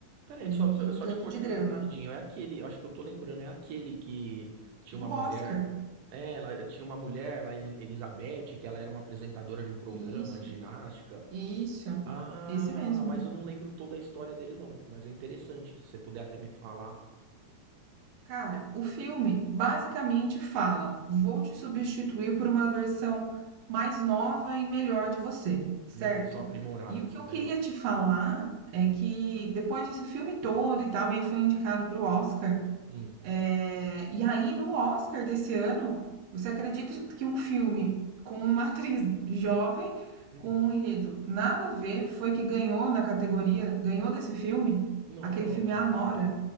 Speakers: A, on the right (about 80°); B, on the right (about 65°).
A: Peraí,
B: E,
A: só, só
B: e
A: só
B: um tanto
A: te cortando
B: de drama.
A: rapidinho. É aquele, eu acho que eu tô lembrando, é aquele que tinha
B: Do
A: uma mulher.
B: Oscar.
A: É, ela tinha uma mulher lá, Elis- Elizabeth, que ela era uma apresentadora de um programa
B: Isso.
A: de ginástica.
B: Isso,
A: Ah,
B: esse mesmo.
A: mas eu não lembro toda a história dele, não. Mas é interessante. Se você puder até me falar
B: Cara, o filme basicamente fala: vou te substituir por uma versão mais nova e melhor de você, certo?
A: uma versão aprimorada,
B: E o
A: assim,
B: que eu
A: legal.
B: queria te falar é que depois desse filme todo e tal, e aí foi indicado para o Oscar.
A: Hum,
B: É, e aí, no Oscar desse ano, você acredita que um filme com uma atriz jovem,
A: hum.
B: com um enredo nada a ver, foi que ganhou na categoria, ganhou desse filme,
A: Nossa.
B: aquele filme a Nora.